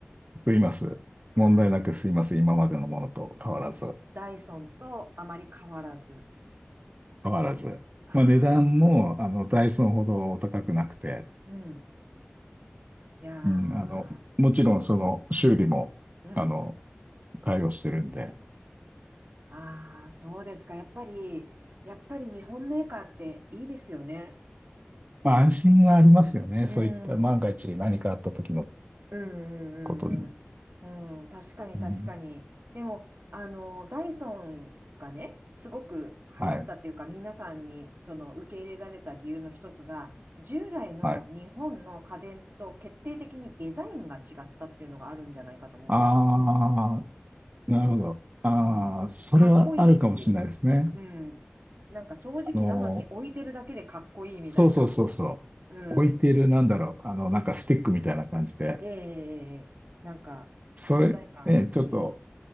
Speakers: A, on the right; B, on the right.
A: と言います。
B: ああ、
A: 問題なくすいます。今までのものと変わらず。
B: ダイソンとあまり変わらず。
A: 変わらず。
B: あ
A: まあ、値段も、
B: あ。
A: あの、ダイソンほどお高くなくて、
B: うん。いや
A: うん、あの、
B: ー、
A: もちろんその修理も、
B: うん。うん。
A: あの、対応してるんで、
B: ああ、そうですか。やっぱり、やっぱり日本メーカーっていいですよね。
A: まあ、安心がありますよね。
B: うん。
A: そういった万が一何かあった時の
B: うんうんうんうん。
A: ことに。
B: うん。確かに確かに。
A: うん、
B: でも、あの、ダイソンがね、すごく流行ったというか、
A: はい、
B: 皆さんにその受け入れられた理由の一つが、従来の日本の家電と決定的にデザインが違ったっていうのがあるんじゃないかと思うんですよ。
A: はい。ああ、なるほど。ああ、
B: うん。
A: それはあるかもしれないですね。
B: かっこいいっていう。うん。なんか掃除機なのに置いてるだけでかっこいいみたいな。
A: あの、そうそうそうそう。
B: うん。
A: 置いてる、なんだろう、あの、なんかスティックみたいな感じで、
B: ええええええなんか、
A: それ、
B: 存在感。
A: ね、ちょっと、
B: うん。